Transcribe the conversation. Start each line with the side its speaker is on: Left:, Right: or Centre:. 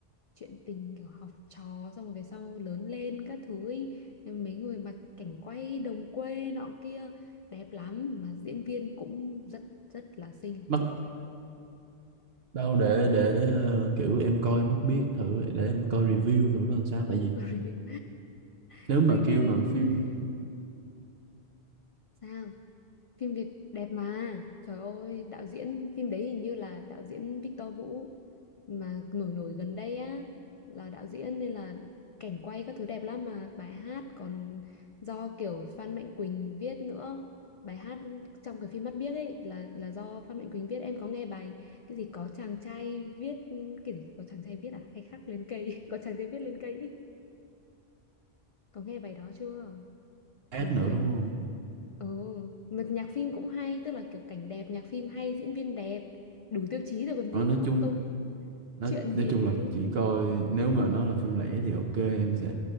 Left: chuyện tình kiểu học trò xong rồi về sau lớn lên các thứ ý. Thế mấy người mà cảnh quay đồng quê nọ kia đẹp lắm mà diễn viên cũng rất rất là xinh
Right: Mắt đâu để
Left: mắt
Right: để
Left: biếc
Right: ờ, kiểu em coi Mắt biết thử để em coi review thử coi sao tại vì
Left: <laughs> review
Right: nếu
Left: <laughs>
Right: mà
Left: review
Right: kêu mà phim
Left: sao phim Việt đẹp mà trời ơi đạo diễn phim đấy hình như là đạo diễn Victor Vũ mà nổi nổi gần đây á là đạo diễn nên là cảnh quay các thứ đẹp lắm mà bài hát còn do kiểu Phan Mạnh Quỳnh viết nữa bài hát trong cái phim Mắt Biếc ấy là là do Phan Mạnh Quỳnh viết em có nghe bài cái gì có chàng trai viết cái gì có chàng trai viết à hay khắc lên cây <laughs> có chàng trai viết lên cây ý. có nghe bài đó chưa
Right: ác
Left: thì
Right: nữa
Left: kiểu
Right: đúng không
Left: Ừ, mà nhạc phim cũng hay, tức là kiểu cảnh đẹp, nhạc phim hay, diễn viên đẹp, đủ tiêu chí rồi còn
Right: Ờ,
Left: gì nữa,
Right: nói chung
Left: câu
Right: nói
Left: chuyện
Right: nói
Left: thì
Right: chung
Left: đấy.
Right: là chỉ coi nếu mà nó là phim lẻ thì ok em sẽ